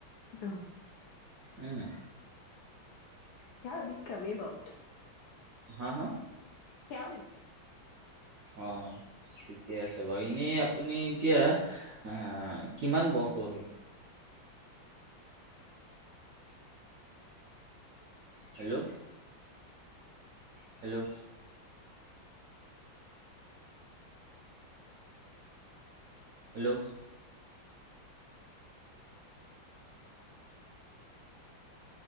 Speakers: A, on the left; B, on the right.
A: ন
B: উম।
A: সেয়া‌ এবিধ কামেই বাউ।
B: হা-হা,
A: সেইয়া
B: অ', ঠিকে আছে বাৰু এনেই আপুনি এতিয়া অহ কিমান বয়সৰ হ'ল? Hello, -hello. হেল্ল',